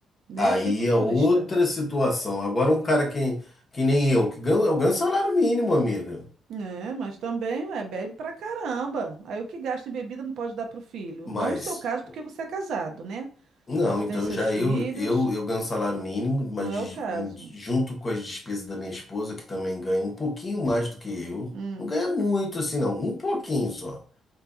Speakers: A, on the right; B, on the left.
A: né?
B: Aí
A: O que que custa?
B: é outra situação. Agora, um cara que, que nem eu, que ganha, eu ganho salário mínimo, amiga.
A: É, mas também é, bebe pra caramba. Aí o que gasta em bebida não pode dar pro filho.
B: Mas,
A: Não o seu caso, porque você é casado, né?
B: não,
A: Você
B: então
A: tem seus
B: já
A: filhos,
B: eu, eu, eu ganho salário mínimo,
A: não
B: mas
A: é
B: de-
A: o caso.
B: junto com as despesas da minha esposa, que também ganha um pouquinho mais do que eu.
A: Hum.
B: Não ganha muito assim, não, um pouquinho só.